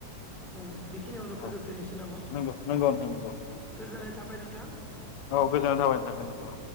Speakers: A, in the centre; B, on the left.
A: ओ बेखिनियावनो
B: औ
A: फोजोबथनोसै नामा?
B: नंगौ नंगौ नोंथां नंगौ नंगौ
A: गोजोननाय
B: नंगौ
A: थाबाय नोंथां।
B: औ गोजोननाय थाबाय नोंथां गोजोननाय थाबाय